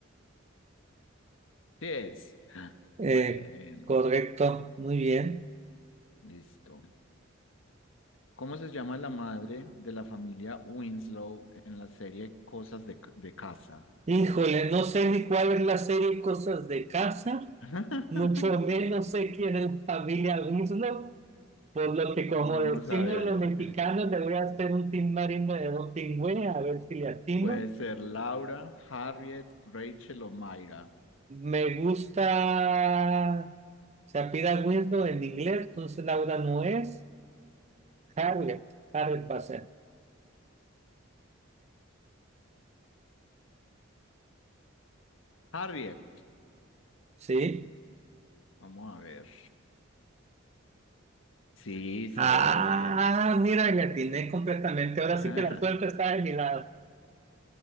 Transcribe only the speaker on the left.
Sí es. Ah,
Bueno,
listo. ¿Cómo se llama la madre de la familia Winslow en la serie Cosas de, C- de Casa?
<laughs>
Vamos
a ver.
Puede ser Laura, Harriet, Rachel o Mayra.
Harriet,
vamos a ver. Sí, sí
es.
<laughs>